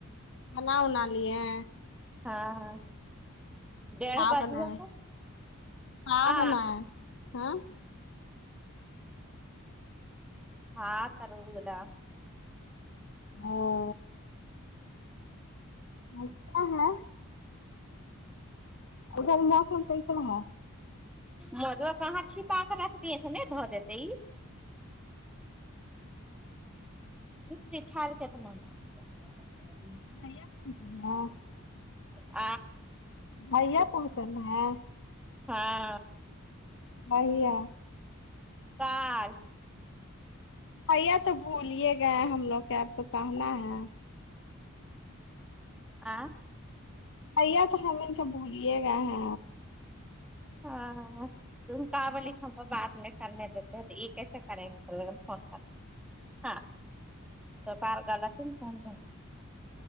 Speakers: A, on the left; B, in the centre.
A: کھانا بنا لیے
B: ہاں ہاں ڈیڑھ
A: ہاں
B: بج
A: بنائے
B: گیا تو
A: ہاں
B: آ
A: بنائے ہاں
B: ہاں <unintelligible>
A: <unintelligible> اچھا ہے ادھر موسم کیسا ہے
B: موضوا کہاں چھپا کر رکھ دیے تھے نہیں دیتے ئ <unintelligible>
A: بھیا پہنچل ہے
B: آ
A: بھیا پہنچا ہیں
B: ہاں
A: بھیا
B: <unintelligible>
A: بھیا تو بھول گئے ہم لوگ کیا اب تو کہنا ہے
B: آ
A: بھیا تو ہمیں تو بھلیے گا ہے
B: ہاں ہاں تم پاگل
A: آپ
B: ایچ ہو گئی بعد میں کریں گے فون پر <unintelligible> <unintelligible>